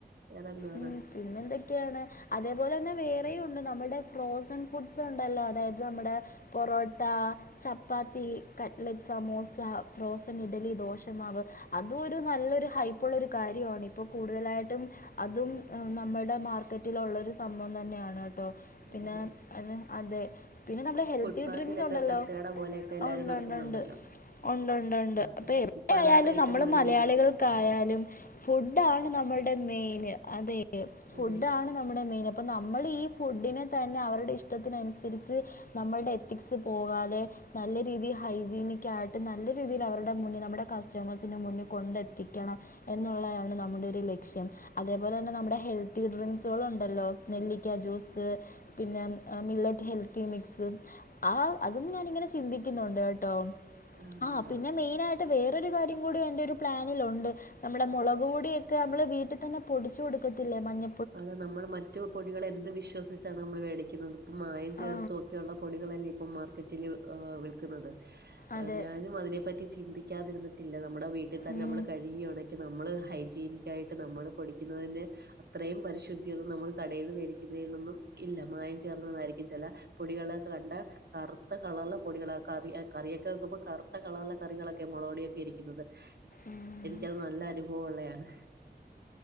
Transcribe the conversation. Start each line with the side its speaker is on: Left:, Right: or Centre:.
Right: വേറെന്തുവാണ്
Left: ഉം പിന്നെന്തൊക്കെയാണ് അതേപോലെ തന്നെ വേറെയും ഉണ്ട് നമ്മുടെ ഫ്രോസൺ ഫുഡ്സ് ഒണ്ടല്ലോ അതായത് നമ്മുടെ പൊറോട്ടാ ചപ്പാത്തി കട്ലെറ്റ് സമോസ ഫ്രോസൺ ഇഡ്ലി ദോശമാവ് അതുരു നല്ലൊരു ഹൈപ്പ്ള്ളൊരു കാര്യാണ് ഇപ്പോ കൂടുതലായിട്ടും അതും നമ്മുടെ മാർക്കറ്റിലുള്ളൊരു സംഭവം തന്നെയാണ് കേട്ടോ പിന്നെ
Right: വേറെ
Left: അത് അതെ പിന്നെ നമ്മുടെ ഹെൽത്തി
Right: ഫുട്പാത്തിലൊക്കെ
Left: ഡ്രിങ്ക്സ് ഉണ്ടല്ലോ
Right: തട്ടുകട പോലെയൊക്കെ എല്ലാരും
Left: ഒണ്ട്ണ്ട്
Right: നടത്തുന്നുണ്ടല്ലോ
Left: ഒണ്ട് ഒണ്ട് ഒണ്ട് ഒണ്ട്
Right: അതെ
Left: അപ്പൊ
Right: അതെ
Left: എവിടെ
Right: ഇപ്പൊ അതാണ്
Left: ആയാലും
Right: ഏറ്റവും
Left: നമ്മള്
Right: കൂടുതൽ
Left: മലയാളികൾ
Right: വിജയി
Left: ക്കായാലും ഫുഡാണ് നമ്മളുടെ മെയിന് അതെ ഫുഡാണ്
Right: അതെ
Left: നമ്മുടെ മെയിന് അപ്പം നമ്മൾ ഈ ഫുഡിനെ തന്നെ അവരുടെ ഇഷ്ടത്തിനനുസരിച്ച് നമ്മളുടെ എത്തിക്സ് പോകാതെ നല്ല രീതി ഹൈജീനിക്കായിട്ട് നല്ലൊരു രീതിയിൽ അവരുടെ മുന്നി നമ്മുടെ കസ്റ്റമേഴ്സിന്റെ മുന്നീ കൊണ്ടെത്തിക്കണം എന്നുള്ളെയാണ് നമ്മുടെ ഒരു ലക്ഷ്യം അതേപോലെ തന്നെ നമ്മുടെ ഹെൽത്തി ഡ്രിങ്ക്സുകളുണ്ടല്ലോ സ് നെല്ലിക്ക ജ്യൂസ് പിന്നെ മില്ലറ്റ് ഹെൽത്തി മിക്സും ആഹ് അതും ഞാനിങ്ങനെ ചിന്തിക്കുന്നുണ്ട് കേട്ടോ
Right: ആഹ്
Left: ആ പിന്നെ മെയിനായിട്ട് ട്ട് വേറൊരു കാര്യം കൂടി എന്റെ ഒരു പ്ലാനിലുണ്ട് നമ്മുടെ മുളക് പൊടിയൊക്കെ നമ്മള് വീട്ടിതന്നെ പൊടിച്ചു കൊടുക്കത്തില്ലേ മഞ്ഞ
Right: അതെ നമ്മൾ മറ്റു പൊടികൾ എന്ത് വിശ്വസിച്ചാണ് നമ്മൾ മേടിക്കുന്നത് ഇപ്പ മായം
Left: ആ
Right: ചേർ തോക്കിയുള്ള പൊടികളല്ലേ ഇപ്പം മാർ റ്റില് വിൽക്കുന്നത്
Left: അതെ
Right: ഞാനും അതിനെ പറ്റി ചിന്തിക്കാതിരുന്ന് ട്ടില്ല നമ്മുടെ വീട്ടിൽ തന്നെ
Left: ഉം
Right: നമ്മള് കഴുകി ഒണക്കി നമ്മള് ഹൈജീനിക്കായിട്ട് നമ്മള് പൊടിക്കുന്നതന്നെ ഇത്രയും പരിശുദ്ധി അത് നമ്മൾ കടയിൽ മേടിക്കുന്നതിലൊന്നും ഇല്ല മായം ചേർന്നതായിരിക്കും ചെല പൊടികളൊക്കെ കണ്ട കറുത്ത കളറുള്ള പൊടികള കറി കറിയൊക്കെ വെക്കുമ്പോൾ കറുത്ത കളറുള്ള കറികളൊക്കെ മുളകൊടിയൊക്കെ ഇരിക്കുന്നത്
Left: ഉം
Right: എനിക്കത് നല്ല അനുഭവം ഉള്ളയാണ്